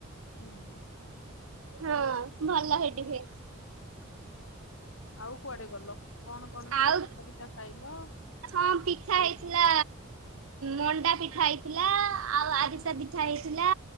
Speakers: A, on the left (about 70°); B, on the right (about 75°).
A: ହୁଁ ଉଁ
B: ହଁ ଭଲ ହେଇଟି ହୁଏ।
A: ଆଉ କୁଆଡେ ଗଲ? କଣ କଣ ସବୁ
B: ଆଉ
A: ପିଠା ଫିଠା ଖାଇଲ?
B: ହଁ ପିଠା ହେଇଥିଲା ମଣ୍ଡା ପିଠା ହେଇଥିଲା ଆଉ ଆରିସା ପିଠା ହେଇଥିଲା।